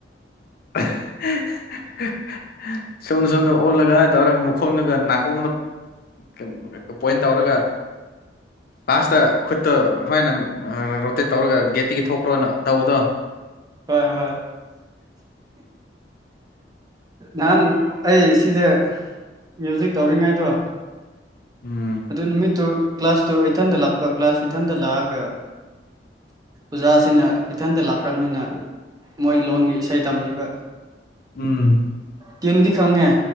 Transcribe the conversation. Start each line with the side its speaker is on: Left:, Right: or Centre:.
Left: <unintelligible> ꯁꯨꯟ ꯁꯨꯟꯗ ꯑꯣꯜꯂꯒ ꯇꯧꯔ ꯃꯈꯣꯡꯗꯒ ꯅꯥꯀꯣꯡꯅ <unintelligible> ꯄꯣꯏꯟ ꯇꯧꯔꯒ ꯐꯥꯁꯇ ꯈꯨꯠ ꯁꯨꯃꯥꯏꯅ <unintelligible> ꯔꯣꯇꯦꯠ ꯇꯧꯔꯒ ꯒꯦꯠꯇꯒꯤ ꯊꯣꯛꯈ꯭ꯔꯣꯅ ꯇꯧꯕꯗꯣ
Right: ꯍꯣꯏ ꯍꯣꯏ ꯅꯍꯥꯟ ꯑꯩ ꯁꯤꯗ ꯃ꯭ꯌꯨꯖꯤꯛ ꯇꯧꯔꯤꯉꯩꯗꯣ
Left: ꯎꯝ
Right: ꯑꯗꯨ ꯅꯨꯃꯤꯠꯇꯨ ꯀ꯭ꯂꯥꯁ ꯇꯨ ꯑꯩꯊꯟꯗ ꯂꯥꯛꯄ ꯀ꯭ꯂꯥꯁ ꯏꯊꯟꯗ ꯂꯥꯛꯑꯒ ꯑꯣꯖꯥꯁꯤꯅ ꯏꯊꯟꯇ ꯂꯥꯛꯈ꯭ꯔꯕꯅꯤꯅ ꯃꯣꯏ ꯂꯣꯟꯒꯤ ꯏꯁꯩ ꯇꯝꯕꯤꯕ
Left: ꯎꯝ
Right: ꯀꯗꯤ <unintelligible> ꯈꯪꯉꯦ